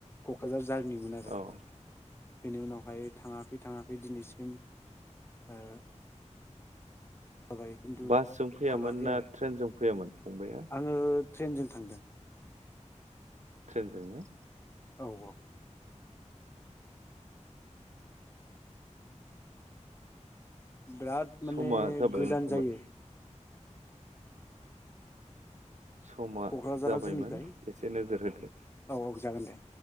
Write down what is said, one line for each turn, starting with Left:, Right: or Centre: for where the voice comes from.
Left: कक्राझार जि जारनिमोन आरो
Right: औ
Left: बेनि उनावहाय थाङाखै थाङाखै दिनैसिम ओ जाबाय खिन्थु
Right: बासजों फैयामोन
Left: थाङाखै
Right: ना
Left: आरो
Right: ट्रेनजों फैयामोन फंबाइया
Left: आङो ट्रेनजों थांदों
Right: ट्रेनजोंनो
Left: औ औ बिराद माने
Right: समा जाबायमोन
Left: गोजान
Right: फंबाय
Left: जायो
Right: समा
Left: क'क्राझारा
Right: जाबायमोन
Left: जोंनिफ्राय
Right: एसे नोजोर होदो
Left: औ औ जागोन दे